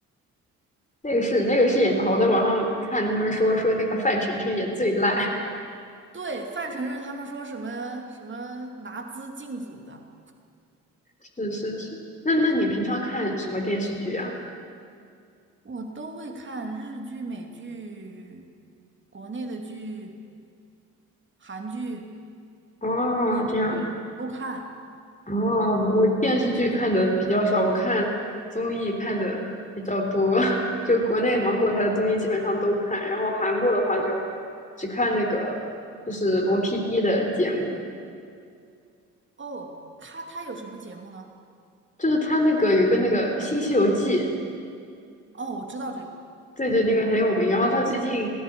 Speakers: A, on the left (about 15°); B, on the right (about 25°).
A: 那个是那个是演的好，我在网上看他们说说那个范丞丞也最烂。
B: 对，范丞丞他们说什么什么拿资进组的，
A: 是是是，那那你平常看什么电视剧啊？
B: 我都会看日剧、美剧、国内的剧、韩剧、
A: 哦，
B: 英剧都看。
A: 这样子。哦，我电视剧看的比较少，我看综艺看的比较多。<laughs> 就国内芒果台的综艺基本上都看，然后韩国的话就只看那个就是罗 PD 的节目，
B: 哦，他他有什么节目呢？
A: 就是他那个有一个那个《新西游记》，
B: 哦，我知道这个，
A: 对对，那个很有名。然后他最近